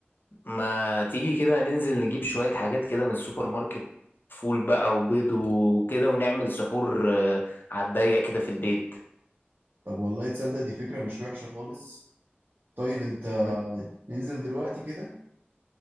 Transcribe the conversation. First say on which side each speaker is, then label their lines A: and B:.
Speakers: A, on the left (about 55°); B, on the right (about 60°).
A: ما تيجي كده ننزل نجيب شويه حاجات كده من السوبر ماركت فول بقى وبيض وكده ونعمل سحور آه، على الضيق كده في البيت
B: طب والله تصدق دي فكرة مش وحشة خالص طيب انت
A: إن-
B: ننزل دلوقتي كده